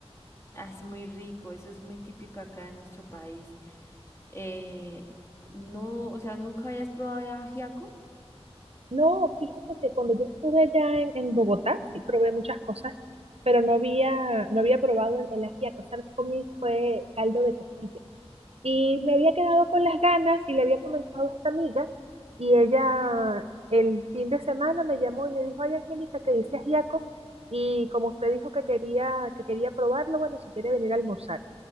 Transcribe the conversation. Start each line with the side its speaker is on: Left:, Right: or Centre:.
Left: ah, es muy rico, eso es muy típico acá en nuestro país. Eh, no, o sea, ¿nunca habías probado el ajiaco?
Right: No, fíjate que cuando yo estuve allá en, en Bogotá, sí probé muchas cosas, pero no había, no había probado el, el ajiaco. ¿Sabes? Comí fue caldo de costilla. Y me había quedado con las ganas y le había comentado a esta amiga y ella el fin de semana me llamó y me dijo, ay Angélica, que dice ajiaco y como usted dijo que quería, que quería probarlo, bueno, si quiere venir a almorzar.